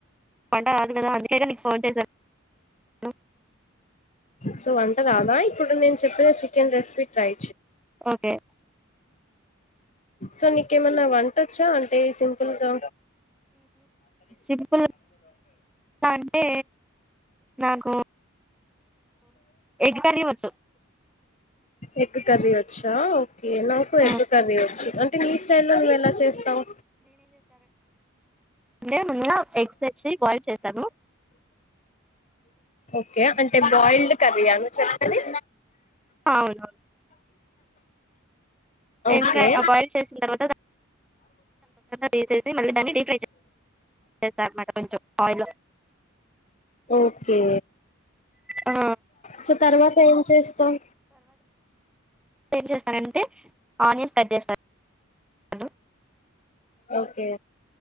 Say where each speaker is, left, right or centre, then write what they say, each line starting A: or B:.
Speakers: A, in the centre; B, on the left.
A: వంట రాదు గదా అందుకే గా నీకు ఫోన్ చేశాను
B: సొ వంట రాదా ఇప్పుడు నేను చెప్పిన chicken recipe try
A: okay
B: so నీకేమన్న వంటొచ్చా అంటే సింపుల్గా
A: సింపుల్గా అంటే నాకు ఎగ్ కర్రీ వచ్చు
B: ఎగ్ కర్రి వచ్చా ఓకే నాకు
A: ఆ,
B: ఎగ్ కర్రి వచ్చు నీ స్టైల్ లొ నువెలా చేస్తావ్
A: అంటే ముందుగా ఎగ్స్ తెచ్చి బాయిల్ చేశాను
B: ఓకే అంటే బాయిల్డ్ కర్రీయా నువ్ చెప్పేది
A: అవునవును
B: ఓకే
A: ఎందుకం ఆ బాయిల్ చేసిన తర్వాత <inaudible> సి మళ్ళీ దాన్ని డీఫ్రై చె చేస్తాన్మాట కొంచం ఆయిల్లో
B: ఓకే
A: ఆ
B: సొ తర్వాత ఏం చేస్తాం.
A: ఏ చేస్తానంటే ఆనియన్ కట్ చేస్తాను.
B: ఓకే